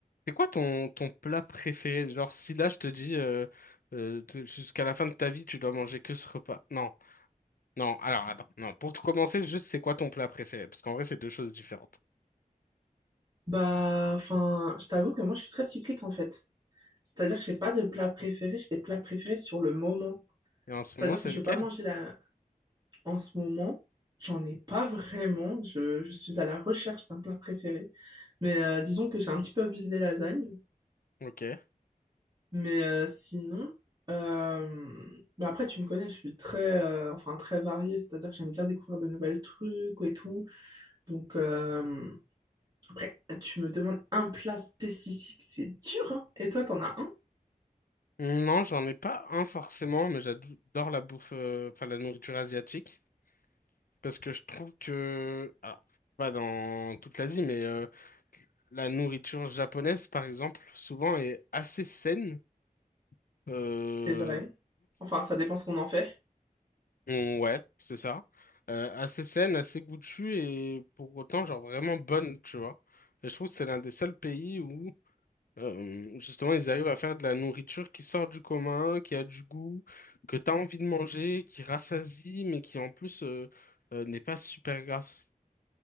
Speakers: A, on the left; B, on the right.
A: C'est quoi ton, ton plat préféré? Genre, si là je te dis euh, euh, te- jusqu'à la fin de ta vie, tu dois manger que ce repas. Non, non, alors attends, non. Pour tout commencer, juste c'est quoi ton plat préféré? Parce qu'en vrai, c'est deux choses différentes.
B: Bah, enfin, je t'avoue que moi, je suis très cyclique en fait. C'est-à-dire que j'ai pas de plat préféré, j'ai des plats préférés sur le moment.
A: Et en ce
B: C'est-à-dire
A: moment, c'est
B: que je
A: lequel?
B: vais pas manger là en ce moment. J'en ai pas vraiment. Je, je suis à la recherche d'un plat préféré. Mais euh, disons que j'ai un petit peu abusé des lasagnes.
A: Ok.
B: Mais euh, sinon, euh, bah après, tu me connais, je suis très, euh, enfin, très variée. C'est-à-dire que j'aime bien découvrir de nouvelles trucs et tout. Donc, euh, après, tu me demandes un plat spécifique, c'est dur, hein. Et toi, t'en as un?
A: Non, j'en ai pas un forcément, mais j'adore la bouffe, euh, enfin la nourriture asiatique. Parce que je trouve que, alors, pas dans toute l'Asie, mais euh, la nourriture japonaise, par exemple, souvent est assez saine, euh,
B: C'est vrai. Enfin, ça dépend ce qu'on en fait.
A: On- Ouais, c'est ça. Euh, assez saine, assez goûtue et pour autant, genre vraiment bonne, tu vois. Et je trouve que c'est l'un des seuls pays où, euh, justement, ils arrivent à faire de la nourriture qui sort du commun, qui a du goût, que t'as envie de manger, qui rassasie, mais qui en plus euh, euh, n'est pas super grasse.